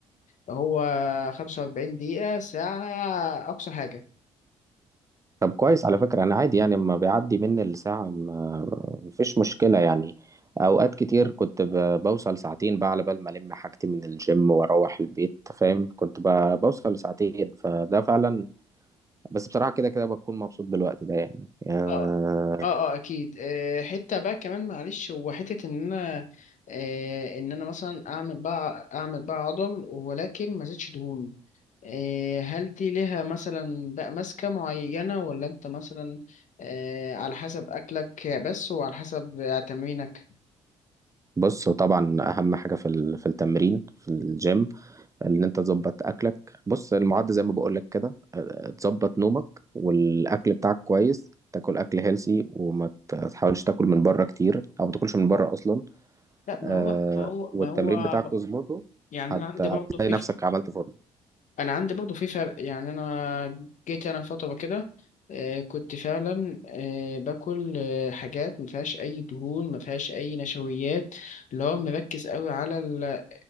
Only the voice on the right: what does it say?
طب كويس على فكره انا عادي يعني لما بيعدي مني الساعه ما... مفيش مشكله يعني اوقات كتير كنت ب... بوصل ساعتين بقى على بال ما الم حاجتي من الجيم واروح البيت فاهم كنت ب... بوصل لساعتين فده فعلا بس بصراحه كده كده بكون مبسوط بالوقت ده يعني آه،
بص هو طبعا اهم حاجه في ال- في التمرين في الجيم ان انت تظبط اكلك بص المعد زي ما بقول لك كده أه، تظبط نومك والاكل بتاعك كويس تاكل اكل هيلسي وما ت- تحاولش تاكل من بره كتير او ما تاكلش من بره اصلا
أه
والتمرين
بتاعك
تظبطه
هت...
هتلاقي
نفسك عملت فورمه